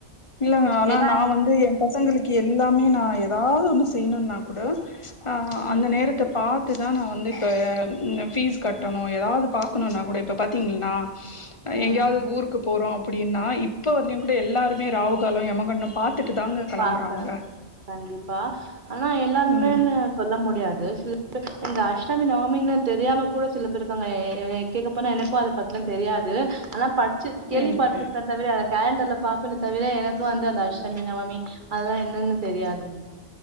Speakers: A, on the left; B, on the right.
A: இல்லங்க ஆனா
B: ஏன்னா
A: நா வந்து என் பசங்களுக்கு எல்லாமே நா ஏதாது ஒண்ணு செய்யணுனா கூட அ
B: ம்
A: அந்த நேரத்த பாத் துட்டு தா நா வந்து இப்போ ஃபீஸ் கட்டணு ஏதாது பாக்கணுனா கூட இப்போ பாத்தீங்கன்னா
B: ம்
A: எங்கயாவது ஊருக்கு போறோ அப்டின்னா இப்ப வரலயு கூட எல்லாருமே ராவுகாலோ எமகண்டம் பாத்துட்டு தாங்க கெளம்புறாங்க
B: பாக்குறாங்க கண்டிப்பா ஆனா எல்லாருமேனு
A: ம்
B: சொல்ல முடியாது சில பேர் இந்த அஷ்டமி நவமின்னு தெரியாம கூட சில பேர் இருக்காங்க எ எ கேக்கப்போனா எனக்கு அத பத்லா தெரியாது ஆனா ப சு கேள்வி
A: ம்
B: பட்ருக்றேன்
A: ஓகே
B: தவிர அத கேலண்டர்ல பாப்பேனே தவிர எனக்கு வந்து அந்த அஷ்டமி நவமி அதுலா என்னன்னு தெரியாதுங்க